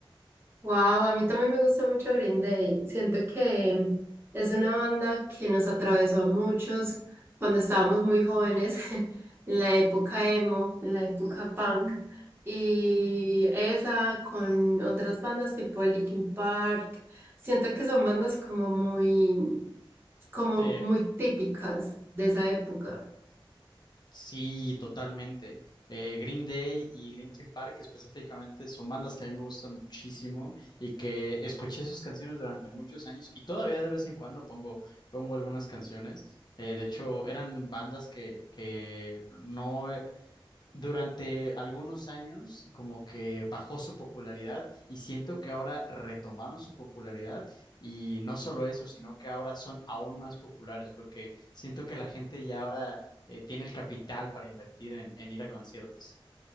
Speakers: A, on the right; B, on the left.
A: Wow, a mí también me gusta mucho Green Day. Siento que es una banda que nos atravesó a muchos cuando estábamos muy jóvenes, <laughs> en la época emo, en la época punk. Y esa con otras bandas tipo Linkin Park. Siento que son bandas como muy, como
B: De,
A: muy típicas de esa época.
B: Sí, totalmente. Eh, Green Day y Linkin Park específicamente son bandas que a mí me gustan muchísimo y que escuché sus canciones durante muchos años y todavía de vez en cuando pongo, pongo algunas canciones. Eh, de hecho, eran bandas que, que no, durante algunos años como que bajó su popularidad y siento que ahora retomaron su popularidad y no solo eso, sino que ahora son aún más populares porque siento que la gente ya ahora eh, tiene el capital para invertir en, en ir a conciertos.